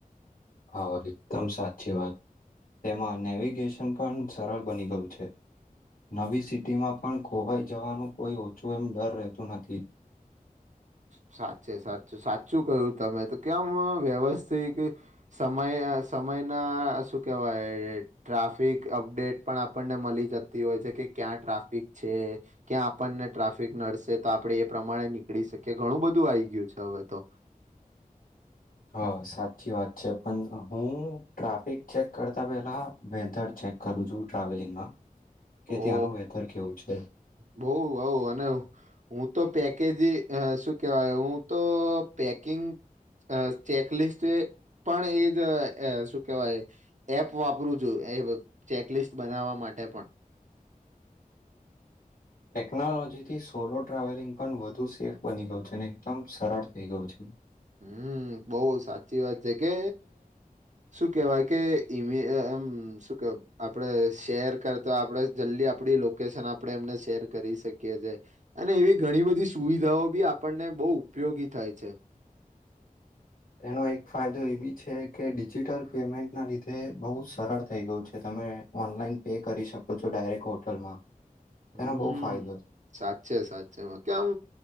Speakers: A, on the left (about 75°); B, on the right (about 55°).
A: હા, એકદમ સાચી વાત. એમાં નેવિગેશન પણ સરળ બની ગયું છે. નવી સિટીમાં પણ ખોવાઈ જવાનું કોઈ ઓછું એમ ડર રહેતું નથી. <inaudible>
B: સાચે સાચું સાચું કયુ તમે તો કેમ વ્યવસ્થિત સમય સમયના શું કહેવાય ટ્રાફિક અપડેટ પણ આપણને મળી જતી હોય છે કે ક્યાં ટ્રાફિક છે ક્યાં આપણને ટ્રાફિક નડશે તો આપણે એ પ્રમાણે નીકળી શકીએ કે ઘણું બધું આવીઈ ગયું છે હવે તો
A: હ સાચી વાત છે પણ હું ટ્રાફિક ચેક કરતા પેલા વેધર ચેક કરું છું ટ્રાવેલિંગમાં કે ત્યાંનું
B: ઓ
A: વેધર કેવું છે.
B: બહુ બહુ અને હું તો પેકેજી શું કહેવાય હું તો પેકિંગ અ ચેકલિસ્ટ એ પણ એ જ શું કેહેવાય એપ વાપરું છું એ ચેકલિસ્ટ બનાવવા માટે પણ
A: ટેકનોલોજીથી સોલો ટ્રાવેલિંગ પણ વધુ સેફ બની ગયું છે અને એકદમ સરળ થઈ ગયું છે
B: હમ બહુ સાચી વાત છે કે શું કેવાય કે ઇમેમ શું કેવાય આપડે શેર કરતો આપડે જલ્દી આપણી લોકેશન આપણે એમને શેર કરી શકી અને એવી ઘણી બધી સુવિધાઓ બી આપને બહુ ઉપયોગી થાય છે
A: એનો એક ફાયદો એ બી છે કે ડિજિટલ પેમેન્ટના લીધે બહુ સરળ થઈ ગયું છે તમે ઓનલાઈન પે કરી શકો છો ડાયરેક્ટ હોટલમાં
B: હમ
A: તેનો બહુ ફાયદો છે.
B: સાચે છે સાચે છેમાં કે આમ